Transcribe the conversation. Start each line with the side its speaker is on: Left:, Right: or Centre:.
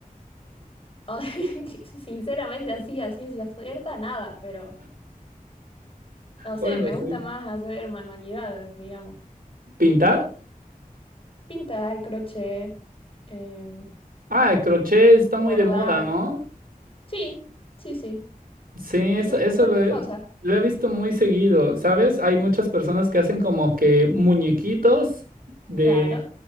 Left: No, <laughs> sinceramente así, a ciencia cierta, nada, pero no sé,
Right: Bueno,
Left: me
Right: sí.
Left: gusta más hacer manualidades, digamos.
Right: ¿Pintar?
Left: Pintar, crochet, em,
Right: Ah, el crochet está muy
Left: bordar.
Right: de moda, ¿no?
Left: Sí, sí, sí.
Right: Sí, eso,
Left: Bueno,
Right: eso
Left: cualquier
Right: lo, he
Left: cosa.
Right: lo he visto muy seguido, ¿sabes? Hay muchas personas que hacen como que muñequitos de,
Left: Claro,